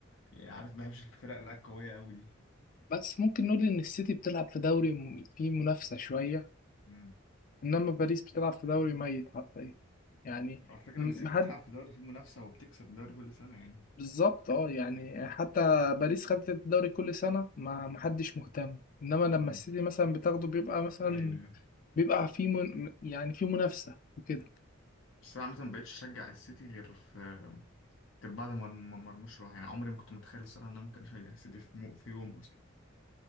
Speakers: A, on the left (about 65°); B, on the left (about 40°).
A: يعني عارف ما بحبش الفرق اللي هي القويه قوي دي
B: بس ممكن نقول ان السيتي بتلعب في دوري م- فيه منافسة شوية
A: امم
B: انما باريس بتلعب في دوري ميت حرفيا يعني
A: على فكره
B: م-
A: ان السيتي
B: محد
A: بتلعب في دوري فيه منافسه وبتكسب الدوري كل سنه يعني
B: بالظبط اه يعني حتى باريس خدت الدوري كل سنة ما محدش مهتم انما لما
A: امم
B: السيتي مثلا بتاخده بيبقى مثلا
A: ايوه ايوه
B: بيبقى في من يعني في منافسة وكده
A: بس انا عامه ما بقتش اشجع السيتي غير في غير بعد ما ما مرموش راح يعني عمري ما كنت متخيل الصراحة ان انا ممكن اشجع السيتي في, مو... في يوم اصلا